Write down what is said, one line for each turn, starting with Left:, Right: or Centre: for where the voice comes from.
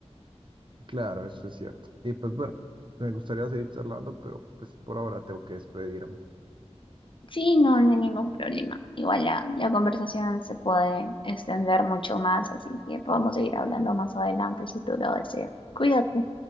Right: Claro, eso es cierto. Y pues bueno, me gustaría seguir charlando, pero pues por ahora tengo que despedirme.
Left: Sí, no, no hay ningún problema. Igual la, la conversación se puede extender mucho más, así que podemos seguir hablando más adelante si tú lo deseas. Cuídate.